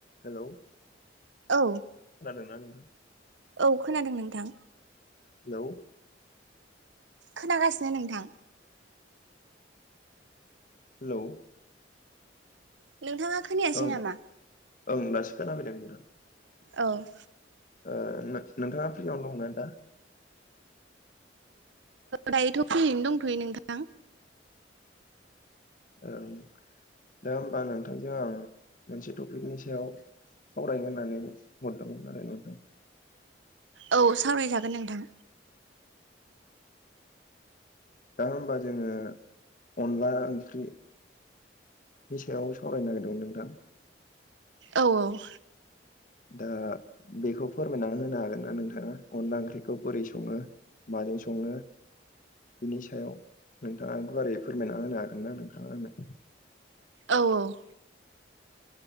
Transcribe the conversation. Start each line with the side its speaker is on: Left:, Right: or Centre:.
Left: हेल'।
Right: औ।
Left: खोनादों ना नोंथां।
Right: औ खोनादों नोंथां।
Left: हेलौ।
Right: खोनागासिनो नोंथां।
Left: हेलौ।
Right: नोंथाङा खोनायासै
Left: ओं
Right: नामा।
Left: ओं दासो खोना फैदों नोंथां।
Right: औ।
Left: ओ नों-नोंथाङा फ्रियावनो दंना दा।
Right: दायोथ' फ्रियैनो दंथ'यो नोंथां।
Left: ओं दा होमबा नोंथांजों आं मोनसे टपिकनि सायाव। सावरायनो होननानै हरदोंमोन आरो नोंथां।
Right: औ सावरायजागोन नोंथां।
Left: दा होमबा जोङो अनला ओंख्रि नि सायाव सावरायनो नागिरदोंमोन नोंथां
Right: औ औ
Left: दा बेखौ फोरमायनानै होनो हागोन ना नोंथाङा अनला ओंख्रिखौ बोरै सङो माजों सङो बिनि सायाव नोंथाङा गुवारै फोरमायना होनो हागोन ना नोंथाङा आंनो
Right: औ औ